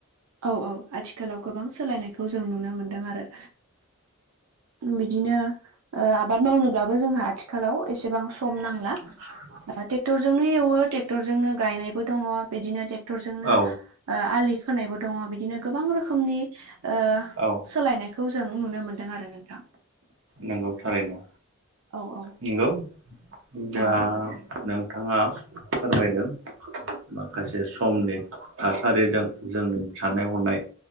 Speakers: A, on the right (about 80°); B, on the right (about 60°).
A: औ औ आथिखालाव गोबां सोलायनायखौ जों नुनो मोनदों आरो। बिदिनो ओ आबाद मावनोब्लाबो जोंहा आथिखालाव एसेबां सम नांला।
B: <inaudible>
A: ओ टेक्टरजोंनो एवो टेक्टरजोंनो गायनायबो दङ बिदिनो टेक्टरजोंनो
B: औ
A: आलि खोनायबो दङ बिदिनो गोबां रोखोमनि ओ
B: औ
A: सोलायनाय खौ जों नुनो मोन्दों आरो नोंथां।
B: नोंगौ थारैनो
A: औ औ
B: नोंगौ। जा
A: औ
B: नोंथाङा फोरमायदों माखासे समनि थासारिजों जोंनि साननाय हनाय